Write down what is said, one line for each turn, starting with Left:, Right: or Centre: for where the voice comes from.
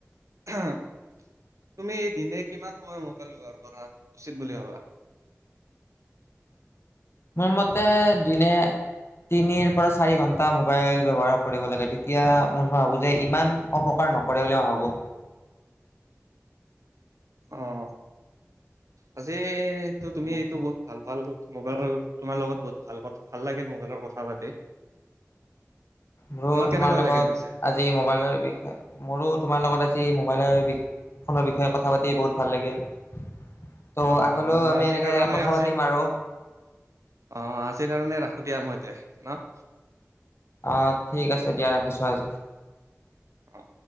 Right: তুমি দিনে কিমান সময় মোবাইল ব্য্ৱহাৰ কৰা উচিত বুলি ভাবা?
Left: মোৰ মতে দিনে তিনিৰ পৰা চাৰি ঘন্টা মোবাইল ব্য্ৱহাৰ কৰিব লাগে তেতিয়া মই ভাবো যে ইমান অপকাৰ নকৰে ভাব।
Right: অ' আজিটো তুমি
Left: তেনেকৈ
Right: এইটো বহুত ভাল ভাল মোবাইলৰ তোমাৰ লগত বহুত ভাল ভাল লাগিল মোবাইলৰ কথা পাতি।
Left: মোৰো তোমাৰ
Right: কেনেকুৱা
Left: লগত
Right: লাগিল পিছে?
Left: আজি মোবাইলৰ বিষয়ে মোৰো তোমাৰ লগত আজি মোবাইলাই বিখনৰ বিষয়ে কথা পাতি বহুত ভাল লাগিল। ত'
Right: অ'
Left: আগলৈও
Right: মই
Left: আমি
Right: আছে
Left: এনেকে
Right: কাৰণে
Left: কথা
Right: আছে
Left: পাতিম আৰু
Right: অ' আজিৰ কাৰণে ৰাখো দিয়া মই এতে ন?
Left: অ' ঠিক আছে দিয়া ৰাখিছোঁ আজি।
Right: অ'।